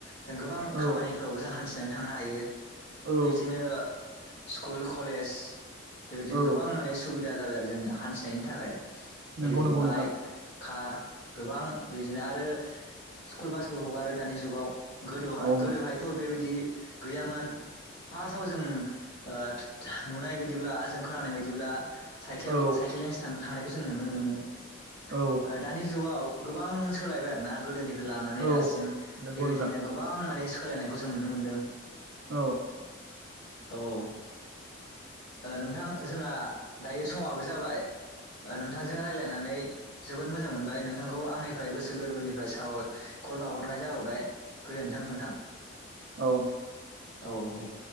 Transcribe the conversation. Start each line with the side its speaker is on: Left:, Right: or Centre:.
Left: जों गोबां
Right: औ
Left: खामानिफ्रावबो जों हान्थि जेन थांनो हायो।
Right: औ
Left: बिदिनो स्कुल कलेज बेबायदिनो
Right: औ
Left: गोबां माने सुबि दा जाबाय आरो जोंनो हान्थिनायनि थाखाय
Right: नंगौ
Left: बेबायदि
Right: नंगौ
Left: बाइक
Right: नोंथां
Left: कार गोबां बिदिनो आरो स्कुल बासबो हगारो दानि जुगाव गोदोहाय
Right: औ
Left: गोदोहायथ'
Right: नंगौ
Left: बेबायदि गैयामोन फार्स्ट फाव जों ओ नुनाय बायदिब्ला जों खोनानाय बायदिब्ला साइकेल
Right: औ
Left: साइकेलजोंसो थां थांनायखौ जों नुनो मोनोमोन ओ
Right: औ
Left: दानि जुगाव गोबां सोलायबाय आरो ना गोदोनि लानानै
Right: औ
Left: दासिम
Right: नंगौ
Left: बेबायदिनो
Right: नोंथां
Left: गोबां माने सोलायनायखौ जों नुनो मोन्दों
Right: औ
Left: औ औ ओ नोंथां जोंहा दायो समाबो जाबाय नोंथांजों रायलायनानै जोबोद मोजां मोनबाय नोंथांखौ आंनिफ्राय गोसो गोरबोनिफ्राय साब खर बावहरनाय जाहरबाय गोजोनथों नोंथां।
Right: औ
Left: औ दे